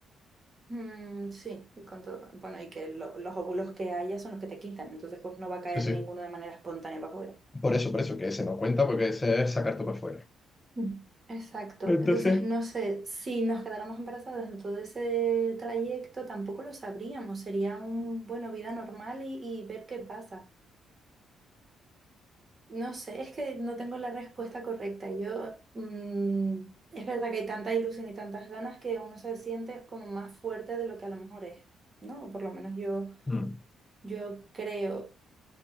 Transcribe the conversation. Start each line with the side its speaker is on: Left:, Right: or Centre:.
Right: Mm, sí, y con todo- Bueno, y que lo- los óvulos que haya son los que te quitan, entonces pues no va a caer
Left: Sí, sí.
Right: ninguno de manera espontánea para afuera.
Left: Por eso, por eso, que ese no cuenta, porque ese es sacarte para afuera.
Right: Ujú. Exacto.
Left: Entonces...
Right: Entonces, no sé, si nos quedáramos embarazadas en todo ese trayecto, tampoco lo sabríamos. Sería un, bueno, vida normal y, y ver qué pasa. No sé, es que no tengo la respuesta correcta. Yo, mm, es verdad que hay tanta ilusión y tantas ganas que uno se siente como más fuerte de lo que a lo mejor es, ¿no? O por lo menos yo,
Left: Mm.
Right: yo creo